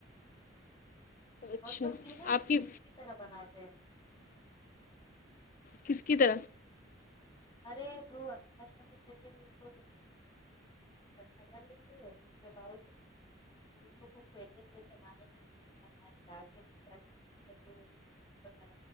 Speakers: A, on the left (about 45°); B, on the left (about 20°).
A: اچھا
B: اور تو گی نا
A: آپ کی
B: دوسری طرح بناتے ہیں
A: کس کی طرح
B: ارے وہ مطلب جیسے ہی اسکو اٹھا کر لیں گے <unintelligible> اس کے بعد فٹ چلائیں گے <unintelligible>